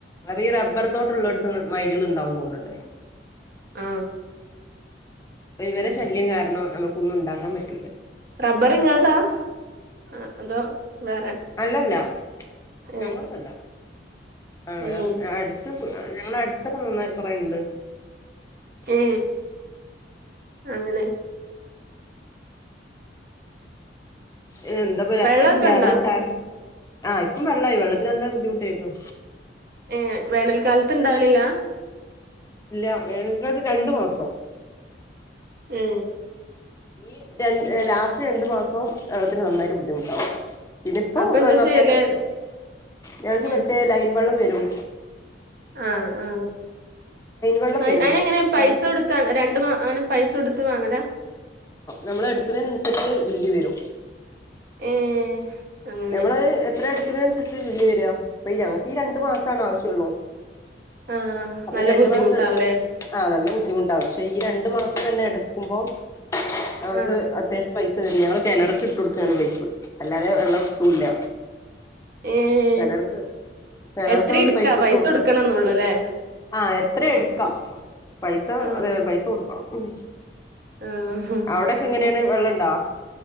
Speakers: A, on the left; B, on the right.
A: ഈ റബ്ബർ തോട്ടള്ളട്ത് മൈലുകൾണ്ടാവും തോന്ന്ണ്ണ്ണ്ട്.
B: ആ
A: ഇവരെ ശല്യം കാരണം നമുക്കൊന്നും ഇ ണ്ടാക്കാൻ പറ്റൂല.
B: റബ്ബർ ഇങ്ങള്താ ആ അതോ. വേറെ
A: അല്ലല്ല ഞങ്ങള്തല്ല.
B: ഏ
A: ആ വേറെ
B: ഏ
A: അട്ത് ഞങ്ങളെ അടുത്തൊക്കെ നന്നായി കൊറെണ്ട്.
B: ഏ അങ്ങനെ
A: എന്താപ്പോ
B: വെള്ളമൊക്കെ
A: ഉം രാവിലെ
B: ഉണ്ടോ
A: ചായക്ക് ആ ഇപ്പം വെള്ളായി വെള്ളത്തിന് നല്ല ബുദ്ധിമുട്ടേയിരുന്നു.
B: ഏ വേനൽക്കാലത്ത് ഇണ്ടാവലില്ല?
A: ഇല്ല വേനക്കാലത്ത് രണ്ടു മാസം.
B: ഏ
A: ഈ ര <unintelligible> ലാസ്റ്റ് രണ്ട് മാസവും വെള്ളത്തിന് നന്നായിട്ട് ബുദ്ധിമുട്ടാവും. ഇനിപ്പോ
B: അപ്പൊ എന്താ
A: വെള്ളൊക്കെങ്ങ്
B: ചെയ്യല്
A: ഞങ്ങക്ക്
B: ഏ
A: മറ്റേ ലൈൻ വെള്ളം വെരും.
B: ആ ആ
A: വെള്ളം
B: അയ്
A: വരും
B: അയ്നങ്ങനെ
A: അപ്പൊ
B: പൈസ
A: അത്
B: കൊടുത്ത് രണ്ടും ആ അങ്ങനെ പൈസ കൊടുത്ത് വാങ്ങല?
A: നമ്മള് എടക്കുന്നേനൻസരിച്ച് ബില്ല് വരും.
B: ഏ അങ്ങനെ
A: നമ്മള് അഹ് എത്ര എടുക്കുന്നെ അനുസരിച്ച് ബില്ല് വെര <unintelligible> ഈ രണ്ടു മാസാണ് ആവശ്യംള്ളു
B: ആഹ്
A: അപ്പൊ
B: നല്ല
A: ഈ രണ്ട്
B: ബുദ്ധിമുട്ടാവുംല്ലേ
A: മാസം ആ നല്ല പക്ഷെ ഈ രണ്ടു മാസം തന്നെ എടുക്കുമ്പോൾ നമുക്ക്
B: ആഹ്
A: അത്യാവശ്യം പൈസ വെരും ഞങ്ങൾ കിണർക്ക് ഇട്ട് കൊടുക്കാണ് പൈപ്പ് അല്ലാതെ വെള്ളം എത്തൂല്ല
B: ഏഹ്
A: കെണർക്ക് കെണർക്ക്
B: എത്ര
A: അങ്ങട്ട്
B: ഇടുക്കാ
A: പൈപ്പ്
B: പൈസ
A: ഇട്ടു കൊടുക്കും
B: കൊടുക്കണംന്നൊള്ളൂല്ലേ
A: ആഹ് എത്രേം എടുക്കാം പൈസ
B: ആഹ്
A: അതേ പൈസ കൊടുക്കണം. മം
B: ആഹ്
A: അവിടൊക്കെ എങ്ങനേണ് വെള്ളംണ്ടോ?